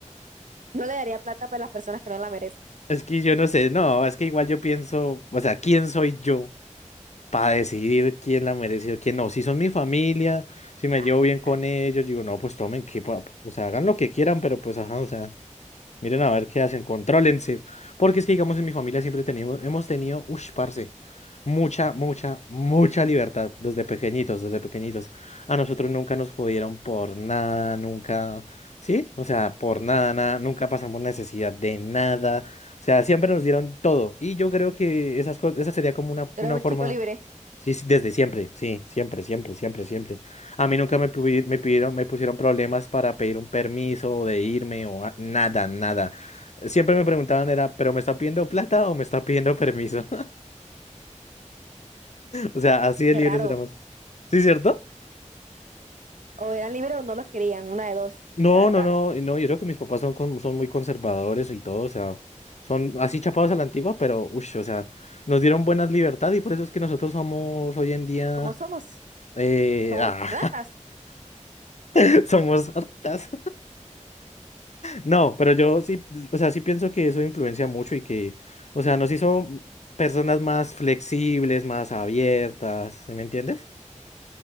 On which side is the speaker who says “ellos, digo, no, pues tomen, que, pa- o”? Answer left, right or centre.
Left